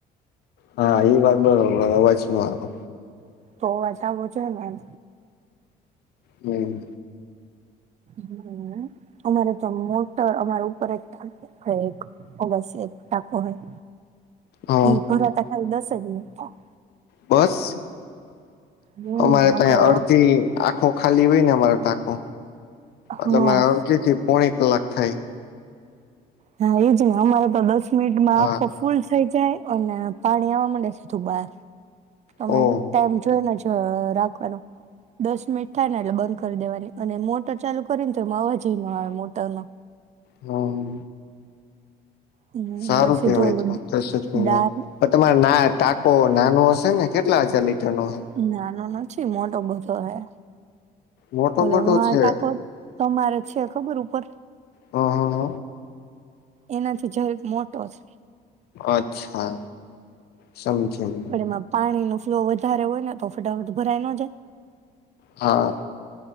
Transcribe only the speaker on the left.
હા એ વાત બરોબર અવાજ નો આવે
હમ્મ
હા
બસ
અમારે
ત
અડધી આંખો ખાલી હોય ને મારો ટાકો એટ
મારા અડધથી પોણે કલાક થાય
હા
ઓહ
હમ્મ
સારું
કેહેવાય
તો પ્રેશર પણ
તમારે ના ટાકો નાનો હશે ને કેટલા હજાર લીટર નો હશે?
મોટો
મોટો
છે
હ હ હ
અચ્છા સમજી ગયો
હા